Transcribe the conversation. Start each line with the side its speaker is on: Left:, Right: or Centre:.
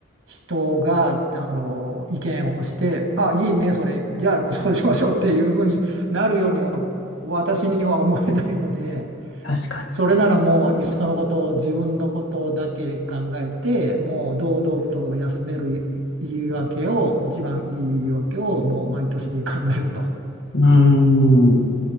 Right: 人が、あの、意見をして、あ、いいね、それ、じゃあそ <laughs> うしましょうっていうふうになるようには、私には思えないので、
Left: 確かに。
Right: それならもう、いっそのこと、自分のことだけ考えて、もう堂々と休める言い訳を、一番いい言い訳を、もう毎年考えると。
Left: うーん。